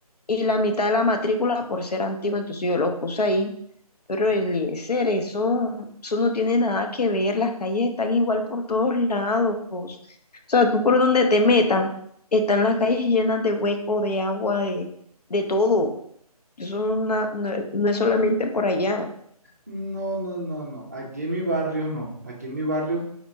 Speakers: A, on the left (about 80°); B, on the right (about 25°).
A: y la mitad de la matrícula por ser antiguo, entonces yo los puse ahí. Pero el eso, eso no tiene nada que ver, las calles están igual por todos lados. O sea, tú por donde te metas, están las calles llenas de hueco, de agua, de, de todo. Eso no, no no es solamente por allá.
B: No, no, no, no. Aquí en mi barrio no. Aquí en mi barrio